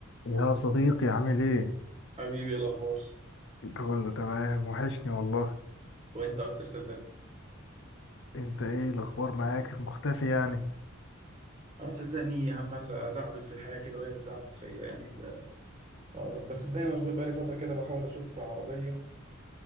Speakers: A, on the left; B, on the right.
A: يا صديقي عامل ايه؟
B: حبيبي ايه الاخبار
A: كله تمام وحشني والله
B: وانت اكتر صدقني
A: انت ايه الاخبار معاك مختفي يعني
B: اه صدقني عمال ادعبس في الحياه كده وهي بتدعبس فيا يعني ال... آه، بس صدقني مشغول بقالي فتره كده بحاول اشوف عربيه